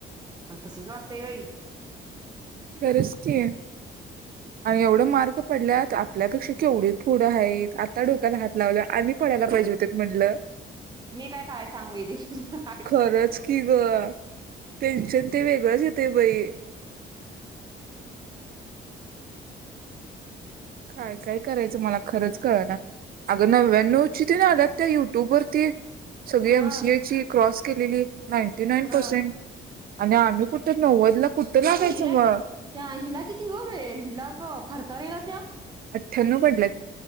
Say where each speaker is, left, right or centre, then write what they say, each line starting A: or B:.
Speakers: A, on the right (about 20°); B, on the right (about 50°).
A: आ तस वाटतय बाई?
B: खरच की आणि एवढं मार्क पडल्यात आपल्यापेक्षा केवढी पुढ आहेत आता डोक्याला हात लावल्यात आणि पाडायला पाहिजे होत म्हटलं
A: मी काय करायला सांग वैदे तुझ काय
B: खरंच
A: सांग
B: की ग टेंशन ते वेगळेच येतय बाई काय काय करायचं मला खरंच कळना अगं नव्याण्णवची ते ना आल्यात त्या युट्यूब वरती सगळी
A: हा
B: एमसीए ची क्रॉस केलेली. नाईंटी नाईन
A: हा
B: पर्सेंट आणि आम्ही कुठे नव्वद ला कुठं लागायचं
A: आता हिला
B: मग
A: कि त्या हिला किती ग हिला फरताारेला त्या
B: अठ्ठ्याण्णव पडल्यात